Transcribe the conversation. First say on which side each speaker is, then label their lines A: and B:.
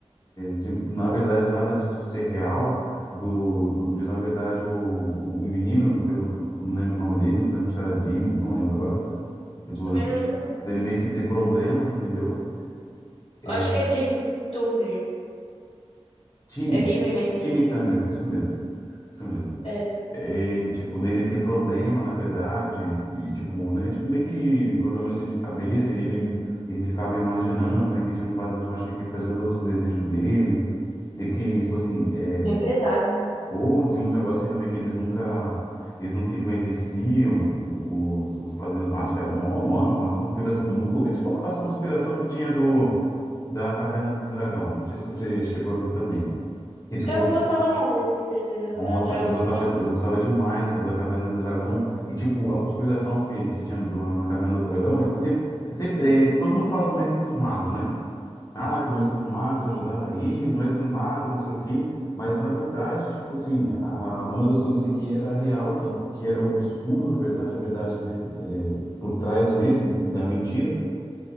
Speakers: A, on the left; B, on the left.
A: de, na verdade, nada disso ser real, do, do- de, na verdade, o, o, o menino, que eu não não lembro o nome dele, não lembro se era Jimmy, não lembro agora, tipo,
B: Eu também não lembro, não.
A: dele meio que ter problema, entendeu? É,
B: Eu acho que é Jimmy Turner.
A: Timmy,
B: É Jimmy mesmo.
A: Timmy
B: né?
A: Turner, isso mesmo, isso mesmo.
B: É.
A: É, e, tipo, dele ter problema, na verdade, e tipo, né, tipo, meio que problema assim de cabeça, e ele, ele ficava imaginando, né, que tinha um padrinho mágico que faziam todos os desejos dele, e que, tipo assim, é,
B: Bem pesado.
A: Pô, tem uns negócios aí também que eles nunca. Eles nunca envelheciam, o- os, os padrinhos mágicos. Era, mó- mano, umas conspiração muito louca. Tipo as conspiração que tinha do, da Caverna do Dragão. Não sei se você chegou a ver também. E tipo,
B: Eu não gostava não desse desenho da Caverna
A: nossa,
B: do Dragão,
A: eu gostava,
B: então.
A: de- eu gostava demais do- da Caverna do Dragão. E tipo, a conspiração que, que tinha do- na Caverna do Dragão. é que sempre, sempre, é, todo mundo fala do Mestre dos Magos, né? Ah, que o mestre dos magos ajudava aí, o mestre dos magos, não sei o quê. Mas, na verdade, tipo assim, a, a- uma das coisas assim, que era real, que, que era obscuro, na verdade, a verdade, né, é, por trás mesmo da mentira,